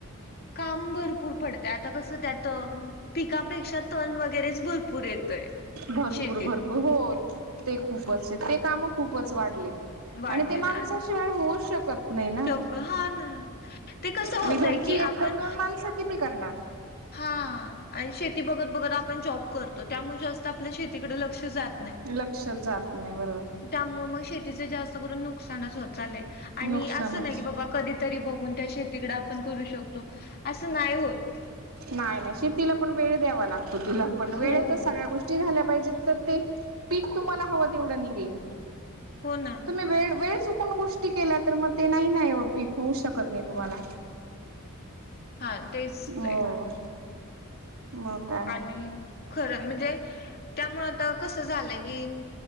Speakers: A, on the left; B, on the right.
A: काम भरपूर पडतय, आता कसं त्यात पिकापेक्षा तण वगैरेच भरपूर येतय.
B: भरपूर
A: शेतीत
B: भरपूर हो ते खूपच, ते काम खूपच वाढलेत
A: वाढलेत
B: आणि ते माणसाशिवाय
A: आणि
B: होऊ शकत नाही ना.
A: शक हा ना ते कसं होतय
B: आणि घरची
A: की आपण
B: एक - दोन माणसं किती करणार?
A: हा आणि शेती बघत बघत आपण जॉब करतो, त्यामुळे जास्त आपल्या शेतीकडे लक्ष जात नाही.
B: लक्ष जात नाही बरोबर
A: त्यामुळे मग शेतीच जास्त करून नुकसानच होत चालय आणि
B: नुकसानच
A: असं नाही की बाबा कधी तरी बघून त्या शेतीकडे आपण करू शकतो, असं नाही होत.
B: नाही नाही शेतीला पण वेळ द्यावा लागतो तिला पण
A: हो
B: वेळेतच सगळ्या गोष्टी टी झाल्या पाहिजेत, तर ते पीक तुम्हाला हवं तेवढं निघेल.
A: हो ना
B: तुम्ही वेळ वेळ चुकून गोष्टी केल्या तर मग ते नाही ना एवढपीक होऊ शकत नाही तुम्हाला
A: हा तेच
B: हो
A: ते
B: मग काय.
A: आणि खरं म्हणजे त्यामुळे आता कस झालंय की